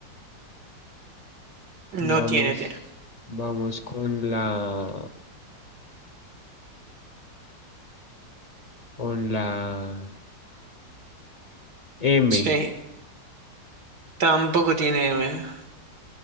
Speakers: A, on the right (about 60°); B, on the left (about 40°).
A: No
B: Vamos,
A: tiene T.
B: vamos con la con la M.
A: Sí, tampoco tiene M.